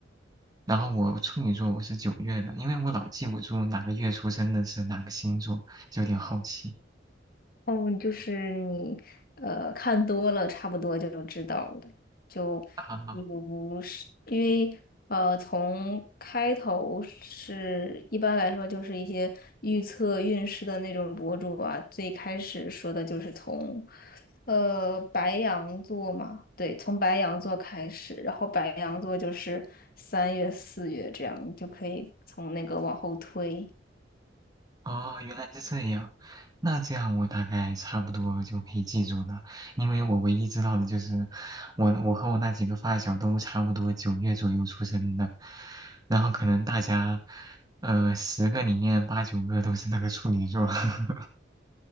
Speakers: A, on the right; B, on the left.
A: 然后我处女座，我是九月的，因为我老记不住哪个月出生的是哪个星座，就有点好奇
B: 哦，就是你呃看多了，差不多就知道了。就
A: 哈哈。
B: 比如是因为呃，从开头是一般来说就是一些预测运势的那种博主啊，最开始说的就是从呃白羊座嘛，对，从白羊座开始，然后白羊座就是三月、四月这样，你就可以从那个往后推。
A: 哦，原来是这样。那这样我大概差不多就可以记住了，因为我唯一知道的就是我我和我那几个发小都差不多九月左右出生的，然后可能大家呃十个里面八九个都是那个处女座，<laughs>